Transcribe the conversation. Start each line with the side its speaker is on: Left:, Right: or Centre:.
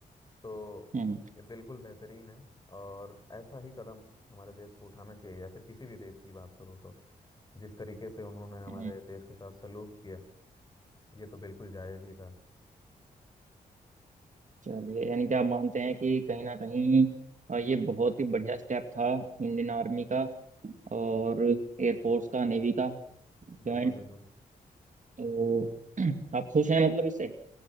Left: तो
Right: हम्म
Left: ये बिल्कुल बेहतरीन है और ऐसा ही कदम हमारे देश को उठाना चाहिए या फिर किसी भी देश की बात करूँ तो जिस तरीके से उन्होंने हमारे
Right: हम्म,
Left: देश के साथ सलूक किया ये तो बिल्कुल जायज ही था
Right: चलिए यानी कि आप मानते हैं कि कहीं ना कहीं अ, ये बहुत ही बढ़िया स्टेप था इंडियन आर्मी का और एयरफोर्स का नेवी का जॉइंट
Left: बिल्कुल बिल्कुल
Right: तो <clears throat> आप खुश हैं मतलब इससे